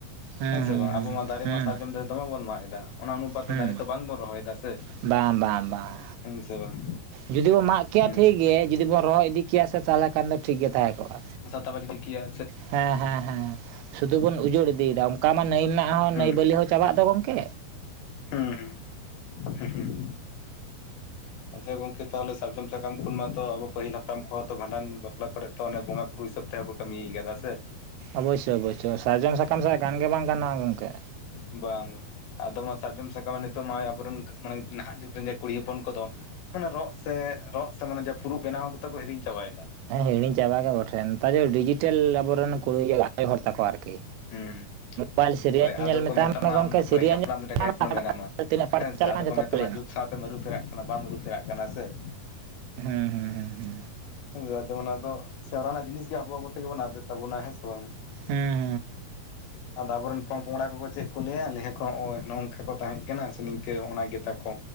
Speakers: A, on the right (about 85°); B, on the left (about 80°).
A: ᱦᱩᱸ
B: ᱦᱮᱸ
A: ᱦᱩᱸ
B: ᱥᱮ ᱵᱟᱝ
A: ᱦᱩᱸ
B: ᱟᱵᱚ ᱢᱟ ᱫᱟᱨᱮ
A: ᱦᱩᱸ
B: ᱢᱟ ᱥᱟᱨᱡᱚᱢ ᱫᱟᱨᱮ ᱫᱚᱢᱮ ᱵᱚᱱ ᱢᱟᱜ ᱮᱫᱟ᱾ ᱚᱱᱟ ᱚᱱᱩᱯᱟᱛ ᱛᱮ
A: ᱦᱩᱸ
B: ᱫᱟᱨᱮ ᱛᱚ ᱵᱟᱝᱵᱚᱱ ᱨᱚᱦᱚᱭ ᱫᱟ ᱥᱮ,
A: ᱵᱟᱝ ᱵᱟᱝ ᱵᱟᱝ
B: ᱦᱸᱩᱢ ᱥᱮ ᱵᱟᱝ?
A: ᱡᱩᱫᱤ ᱵᱚ ᱢᱟᱜ ᱠᱮᱭᱟ
B: ᱦᱩᱸ
A: ᱴᱷᱤᱠ ᱜᱮ ᱡᱩᱫᱤ ᱵᱚᱱ ᱨᱚᱦᱚ ᱤᱫᱤ ᱠᱮᱭᱟ ᱥᱮ ᱛᱟᱦᱚᱞᱮ ᱠᱷᱟᱱ ᱫᱚ ᱴᱷᱤᱠ ᱜᱮ ᱛᱟᱦᱮᱸ ᱠᱚᱜᱼᱟ᱾
B: ᱥᱟᱶᱟᱛᱟᱵᱚ ᱡᱩᱫᱤᱠᱮᱭᱟᱹ
A: ᱦᱮᱸ ᱦᱮᱸ ᱦᱮᱸ ᱥᱩᱫᱷᱩ ᱵᱚᱱ
B: ᱦᱩᱸ
A: ᱩᱡᱟᱹᱲ ᱤᱫᱤᱭᱮᱫᱟ ᱚᱱᱠᱟ ᱢᱟ ᱱᱟᱹᱭ ᱨᱮᱱᱟᱜ ᱦᱚᱸ
B: ᱦᱩᱸ
A: ᱱᱟᱹᱭ ᱵᱟᱹᱞᱤ ᱦᱚᱸ ᱪᱟᱵᱟᱜ ᱫᱚ ᱜᱚᱝᱠᱮ᱾
B: ᱦᱩᱸ ᱦᱩᱸ ᱦᱩᱸ ᱦᱩᱸ ᱟᱪᱪᱷᱟ ᱜᱚᱝᱠᱮ ᱛᱟᱦᱚᱞᱮ ᱥᱟᱨᱡᱚᱢ ᱥᱟᱠᱟᱢ ᱠᱷᱚᱱ ᱢᱟᱛᱚ ᱟᱵᱚ ᱯᱟᱹᱦᱤᱞ ᱦᱟᱯᱲᱟᱢ ᱠᱚ ᱦᱚᱸ ᱛᱚ ᱵᱷᱟᱱᱰᱟᱱ ᱵᱟᱯᱞᱟ ᱠᱚᱨᱮ ᱛᱚ ᱚᱱᱮ ᱵᱚᱸᱜᱟ ᱵᱩᱨᱩ ᱦᱤᱥᱟᱹᱵ ᱛᱮ ᱦᱚᱸᱠᱚ ᱠᱟᱹᱢᱤ ᱠᱟᱫᱟ ᱥᱮ
A: ᱚᱵᱚᱥᱥᱳᱭ ᱚᱵᱚᱥᱥᱳᱭ ᱥᱟᱨᱡᱚᱢ ᱥᱟᱠᱟᱢ ᱪᱷᱟᱲᱟ ᱜᱟᱱ ᱜᱮ ᱵᱟᱝ ᱜᱟᱱᱚᱜᱼᱟ ᱜᱚᱢᱠᱮ
B: ᱵᱟᱝ ᱟᱫᱚ ᱢᱟ ᱥᱟᱨᱡᱚᱢ ᱥᱟᱠᱟᱢ ᱢᱟ ᱱᱤᱛᱚᱜ ᱢᱟ ᱟᱵᱚᱨᱮᱱ ᱢᱟᱱᱮ ᱱᱟᱦᱟᱜ ᱡᱩᱜᱽ ᱨᱮᱱᱜᱮ ᱠᱩᱲᱤ ᱦᱚᱯᱚᱱ ᱠᱚᱫᱚ ᱢᱟᱱᱮ ᱨᱚᱜ ᱥᱮ ᱨᱚᱜ ᱥᱮ ᱢᱟᱱᱮ ᱯᱷᱩᱨᱩᱜ ᱵᱮᱱᱟᱣ ᱠᱟᱫᱚ ᱠᱚ ᱦᱤᱲᱤᱧ ᱪᱟᱵᱟᱭᱮᱫᱟ
A: ᱦᱮᱸ ᱦᱤᱲᱤᱧ ᱪᱟᱵᱟ ᱜᱮ ᱵᱚᱴᱷᱮᱱ ᱱᱮᱛᱟᱨ ᱫᱚ ᱰᱤᱡᱤᱴᱮᱞ ᱟᱵᱚᱨᱮᱱ <unintelligible> ᱟᱲᱮᱹ ᱦᱚᱨ ᱛᱟᱠᱚ ᱟᱨᱠᱤ
B: ᱦᱩᱸ
A: ᱵᱟᱞ ᱥᱤᱨᱤᱭᱟᱞ
B: ᱦᱳᱭ ᱟᱫᱚ
A: ᱧᱮᱞ
B: ᱠᱚ
A: ᱢᱮᱛᱟᱢ
B: ᱢᱮᱛᱟᱢᱟ
A: ᱢᱮ ᱜᱚᱢᱠᱮ
B: ᱟᱢ ᱫᱚ ᱯᱟᱹᱦᱤᱞ
A: ᱥᱤᱨᱤᱭᱟᱞ
B: ᱦᱟᱯᱲᱟᱢ
A: ᱧᱮᱞ
B: ᱞᱮᱠᱟ
A: ᱞᱮᱠᱷᱟᱱ
B: ᱮᱠᱷᱚᱱᱳ
A: ᱟᱠᱟᱴᱟᱜ
B: ᱢᱮᱱᱟᱢᱟ
A: ᱛᱤᱱᱟᱹᱜ ᱯᱟᱴ
B: ᱦᱮᱸ ᱥᱮ
A: ᱪᱟᱞᱟᱜ
B: ᱟᱫᱚ
A: ᱠᱟᱱᱟ ᱡᱷᱚᱛᱚ
B: ᱢᱮᱛᱟᱢᱟ
A: ᱜᱮ ᱠᱚ ᱞᱟᱹᱭᱟᱢᱟ
B: ᱡᱩᱜᱽ ᱥᱟᱶᱛᱮᱢ ᱟᱹᱨᱩᱼᱯᱷᱮᱨᱟᱜ ᱠᱟᱱᱟ ᱵᱟᱢ ᱟᱨᱩᱼᱯᱷᱮᱨᱟᱜ ᱠᱟᱱᱟ ᱥᱮ
A: ᱦᱮᱸ ᱦᱮᱸ ᱦᱮᱸ ᱦᱮᱸ
B: ᱦᱮᱸ ᱫᱟ ᱡᱮᱢᱚᱱ ᱟᱫᱚ ᱥᱮᱨᱣᱟ ᱨᱮᱱᱟᱜ ᱡᱤᱱᱤᱥ ᱜᱮ ᱟᱵᱚ ᱟᱵᱚ ᱛᱮᱜᱮ ᱵᱚᱱ ᱟᱫ ᱮᱫ ᱛᱟᱵᱚᱱᱟ ᱦᱮᱸ ᱥᱮ ᱵᱟᱝ
A: ᱦᱢ
B: ᱟᱫᱚ ᱟᱵᱚᱨᱮᱱ ᱯᱚᱝ-ᱯᱚᱝᱲᱟ ᱠᱚᱠᱚ ᱪᱮᱫ ᱠᱚ ᱞᱟᱹᱭᱟ ᱞᱟᱹᱭᱦᱟ ᱠᱚ ᱦᱚᱸᱜᱼᱚᱭ ᱱᱚᱜᱼᱚ ᱱᱚᱝᱠᱟ ᱠᱚ ᱛᱟᱦᱮᱸᱫ ᱠᱟᱱᱟ ᱥᱮ ᱱᱤᱝᱠᱟᱹ ᱚᱱᱟ ᱜᱮᱛᱟ ᱠᱚ